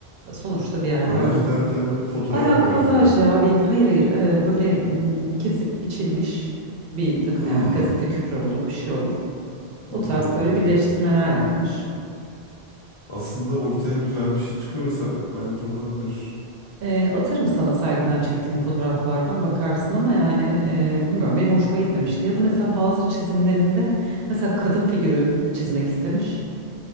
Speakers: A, on the right; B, on the left.
A: Sonuçta bir yerden
B: Kolaj derken böyle fotoğraf
A: bayağı
B: kolajı
A: kolaj
B: gibi mi?
A: ya bil hayır hayır ee, böyle mm, kesip biçilmiş bir takım
B: Hmm,
A: yani bir gazete küpürü olur bir şey olur.
B: hmm,
A: O tarz
B: anladım.
A: böyle birleştirmeler yapmış.
B: Aslında ortaya güzel bir şey çıkıyorsa bence olabilir.
A: Eee, atarım sana sergiden çektiğim fotoğraflardan bakarsın ama yani eee, bilmiyorum benim hoşuma gitmemişti. Ya da mesela bazı çizimlerinde mesela kadın figürü çizmek istemiş.